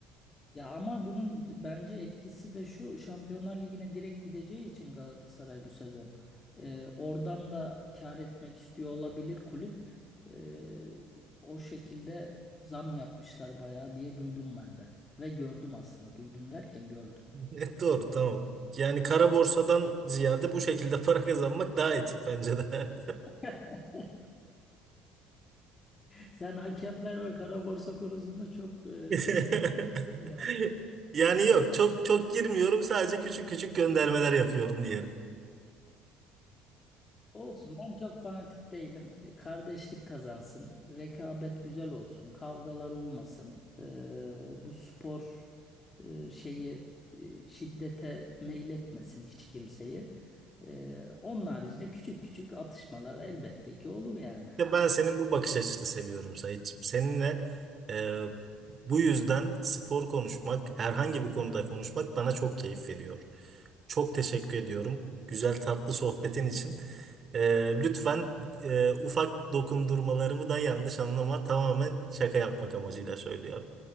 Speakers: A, on the left (about 20°); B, on the right (about 35°).
A: Ya ama bunun bence etkisi de şu Şampiyonlar Ligi'ne direkt gideceği için Galatasaray bu sezon. Ee, oradan da kâr etmek istiyor olabilir kulüp. Ee, o şekilde zam yapmışlar bayağı diye duydum ben de. Ve gördüm aslında duydum derken gördüm.
B: <laughs> Evet, Doğru tamam. Yani kara borsadan ziyade bu şekilde <laughs> para kazanmak daha etik bence de.
A: <laughs> Sen hakemler ve kara borsa konusunda çok e,
B: <laughs>
A: mutluyum
B: Yani yok çok çok girmiyorum sadece küçük küçük göndermeler yapıyorum
A: Olsun ben çok fanatik değilim. E, Kardeşlik kazansın. Rekabet güzel olsun. Kavgalar olmasın. Ee, bu spor e, şeyi e, şiddete meyletmesin hiç kimseyi. Ee, onun haricinde küçük küçük atışmalar elbette ki olur yani.
B: İşte ben senin bu bakış açısını seviyorum Sayit. Seninle e, bu yüzden spor konuşmak, herhangi bir konuda konuşmak bana çok keyif veriyor. Çok teşekkür ediyorum. Güzel tatlı sohbetin için. E, lütfen e, ufak dokundurmalarımı da yanlış anlama. Tamamen şaka yapmak amacıyla söylüyorum.